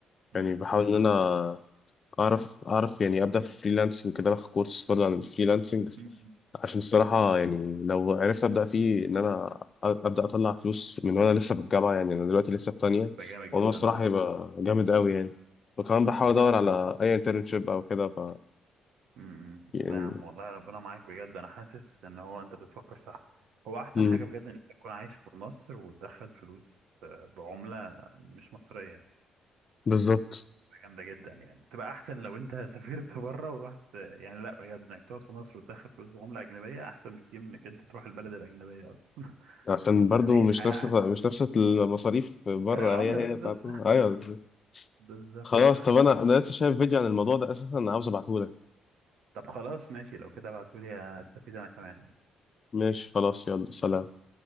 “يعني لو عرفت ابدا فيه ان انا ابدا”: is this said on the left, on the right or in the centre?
Left